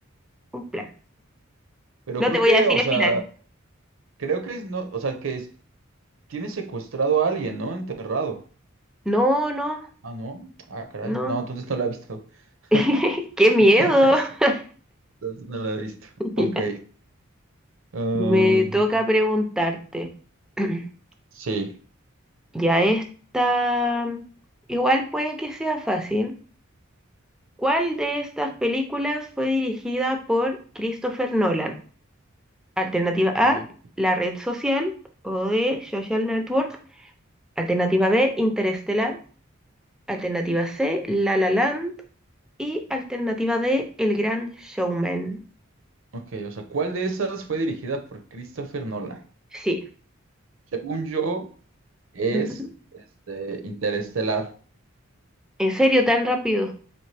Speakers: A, in the centre; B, on the right.
A: un plan.
B: pero
A: No
B: creo
A: te voy
B: que,
A: a decir
B: o
A: el
B: sea,
A: final.
B: creo que es, no, o sea, que es- tiene secuestrado a alguien, ¿no? Enterrado.
A: No, no,
B: Ah, no. Ah, caray.
A: no.
B: No, entonces no la he visto. <laughs>
A: <laughs> ¡Qué miedo!
B: No la he visto.
A: <laughs>
B: Entonces no la he visto. Ok.
A: Ya.
B: Um,
A: Me toca preguntarte. <clears throat>
B: sí.
A: Ya esta, igual puede que sea fácil. ¿Cuál de estas películas fue dirigida por Christopher Nolan? Alternativa A,
B: Eh,
A: la red social o de social network. Alternativa B, Interestelar. Alternativa C, La La Land. Y alternativa D, El Gran Showman.
B: Ok, o sea, ¿cuál de esas fue dirigida por Christopher Nolan?
A: Sí.
B: Según yo, es
A: Ujú.
B: este, Interestelar.
A: ¿En serio tan rápido?